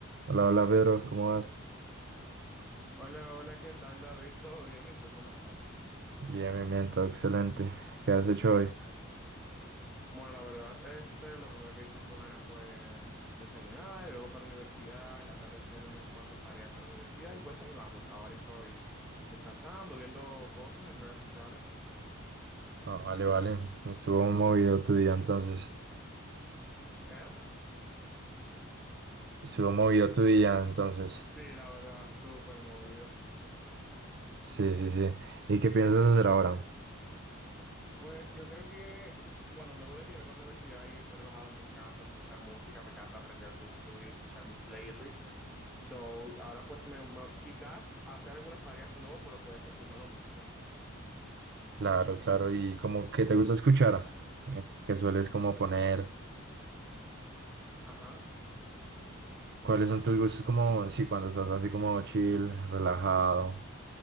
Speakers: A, on the right; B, in the centre.
A: Hola, hola Pedro, ¿cómo vas?
B: Hola, hola, ¿qué tal, David? ¿Todo bien? ¿Y tú cómo estás?
A: Bien, bien, bien, todo excelente. ¿Qué has hecho hoy?
B: Bueno, la verdad, este, lo primero que hice fue, pues, desayunar, y luego para la universidad, en la tarde hacer unas cuantas tareas de la universidad, y pues ahí vamos. Ahora estoy descansando, viendo cosas en redes sociales.
A: Ah, vale, vale. Estuvo movido tu día entonces.
B: ¿Eh?
A: Estuvo movido tu día entonces.
B: Sí, la verdad, súper movido.
A: Sí, sí, sí. ¿Y qué piensas hacer ahora?
B: Pues yo creo que, bueno, luego de que yo vengo a la universidad y estoy relajado, me encanta escuchar música, me encanta aprender YouTube y escuchar mi playlist. So, ahora pues me, me- quizás hacer algunas tareas de nuevo, pero pues escuchando música.
A: Claro, claro. ¿Y como qué te gusta escuchar? Eh, ¿Qué sueles como
B: Bueno,
A: poner?
B: yo, ajá.
A: ¿Cuáles son tus gustos como, sí, cuando estás así como chill, relajado?